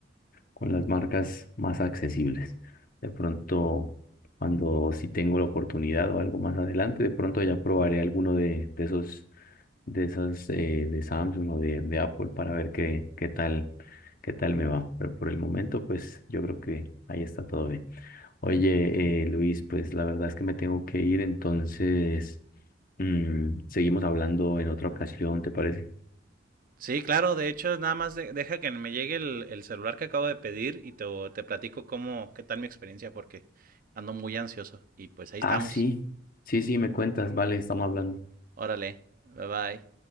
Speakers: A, on the left; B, on the right.
A: con las marcas más accesibles. De pronto, cuando si tengo la oportunidad o algo más adelante, de pronto ya probaré alguno de, de esos, de esas eh, de Samsung o de, de Apple para ver qué, qué tal, qué tal me va. Pero por el momento, pues yo creo que ahí está todo bien. Oye, eh, Luis, pues la verdad es que me tengo que ir, entonces mm, seguimos hablando en otra ocasión, ¿te parece?
B: Sí, claro, de hecho, nada más de- deja que me llegue el, el celular que acabo de pedir y te, te platico cómo, qué tal mi experiencia, porque ando muy ansioso. Y pues ahí
A: Ah,
B: estamos.
A: sí, sí, sí, me cuentas, vale, estamos hablando.
B: Órale, bye bye.